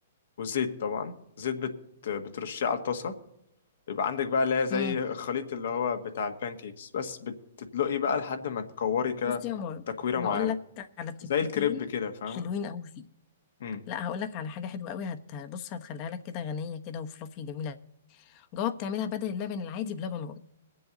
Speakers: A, on the left; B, on the left.
A: والزيت طبعا زيت بت... بترشيه على الطاسه يبقى عندك بقى اللي هي زي
B: مم.
A: الخليط اللي هو بتاع البانكيكس بس بتدلقي بقى لحد ما تكوري كده
B: بصي يا مار
A: تكويره معينه
B: هقول لك على تكتيكين
A: زي الكريب كده فاهمه
B: حلوين قوي فيك
A: امم
B: لا هقول لك على حاجة حلوة قوي هت... بص هتخليها لك كده غنية كده وفلافي جميلة جواب تعملها بدل اللبن العادي بلبن رايب